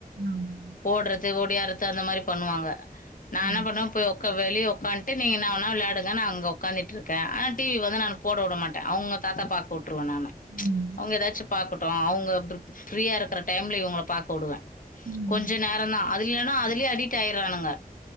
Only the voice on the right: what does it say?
ம்
ம் ம்
ம்,
ம்,